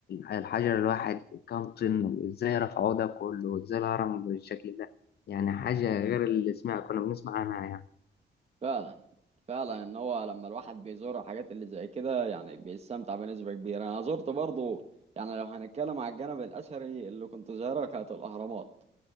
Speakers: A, on the left; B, on the right.
A: الحجر الواحد كام طن وازاي رفعوه ده كله وازاي الهرم بالشكل ده يعني حاجة غير اللي سمع كنا بنسمع عنها يعني
B: فعلا فعلا ان هو لما الواحد بيزور حاجات اللي زي كده يعني بيستمتع بنسبه كبيره انا زرت برضه يعني لو هنتكلم على الجانب الاثري اللي كنت زايره كانت الاهرامات